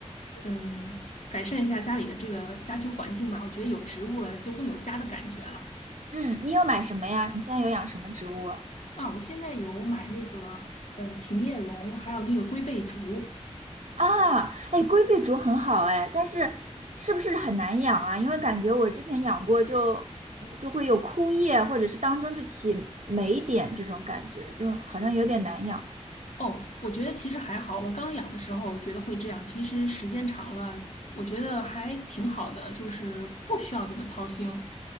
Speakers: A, on the left; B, on the right.
A: 嗯、改善一下家里的这个家居环境吧。我觉得有植物了，就更有家的感觉了。
B: 嗯，你有买什么呀？你现在有养什么植物啊？
A: 啊，我现在有买那个，呃，琴叶榕，还有那个龟背竹。
B: 啊，哎，龟背竹很好哎，但是是不是很难养啊？因为感觉我之前养过就，就会有枯叶，或者是当中就起霉点这种感觉，就好像有点难养。
A: 哦，我觉得其实还好。我刚养的时候觉得会这样，其实时间长了，我觉得还挺好的，就是不需要怎么操心。